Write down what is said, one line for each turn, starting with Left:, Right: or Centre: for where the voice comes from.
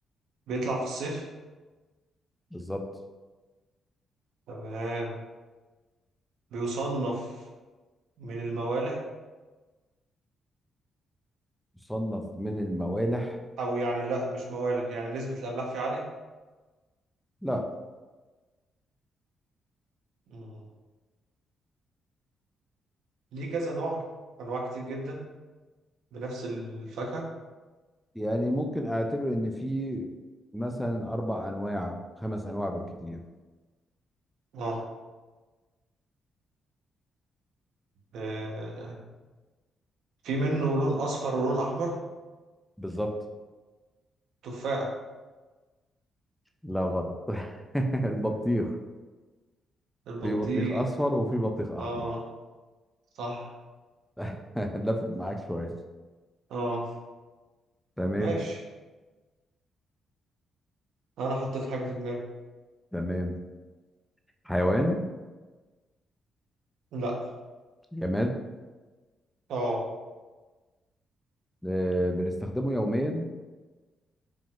Right: بيطلع في الصيف
Centre: بالظبط
Right: تمام بيصنف من الموالح
Centre: يصنف من الموالح
Right: أو يعني لا مش موالح يعني نسبة الأملاح فيه عالية
Centre: لا
Right: مم. ليه كذا نوع انواع كتير جدا بنفس الفاكهه
Centre: يعني ممكن اعتبر ان في مثلا اربع انواع خمس انواع بالكتير
Right: اه آه، في منه لون اصفر ولون احمر
Centre: بالظبط
Right: تفاح
Centre: لا غلط <laughs> البطيخ
Right: البطيخ
Centre: في بطيخ اصفر وفي بطيخ احمر
Right: اه صح
Centre: <laughs> لفت معاك شويه
Right: اه
Centre: تمام
Right: ماشي انا حطيت حاجه في دماغي
Centre: تمام حيوان
Right: لا
Centre: جماد
Right: اه
Centre: آه، بنستخدمه يوميا